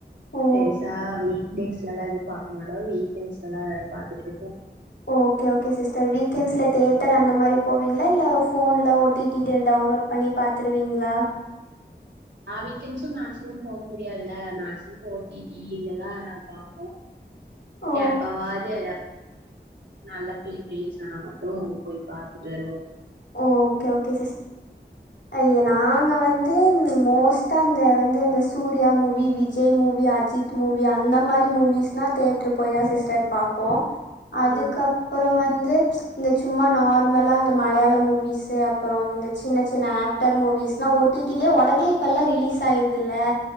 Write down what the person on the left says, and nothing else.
ஓ
ஓகே ஓகே சிஸ்டர் வீக்கெண்ட்ஸ்ல தேட்டர் அந்த மாரி போவீங்களா இல்ல போன்ல ஓடிடி டவுன்லோட் பண்ணி பாத்துருவீங்களா
ஓ
ஓகே ஓகே சிஸ் ஐ நாங்க வந்து வந்து மோஸ்டா அந்த வந்து அந்த Suriya movie Vijay movie Ajith movie அந்த மாரி மூவிஸ்னா தேட்ரு போய் தான் சிஸ்டர் பாப்போம் அதுக்கப்புறம்
வந்து இந்த சும்மா நார்மலா இந்த மலையாளம் மூவிஸ் அப்புறம் இந்த சின்ன சின்ன ஆக்டர் மூவிஸ் எல்லாம் ஓடிடிலியே உடனே இப்ப எல்லாம் ரிலீஸ் ஆயிருதுல்ல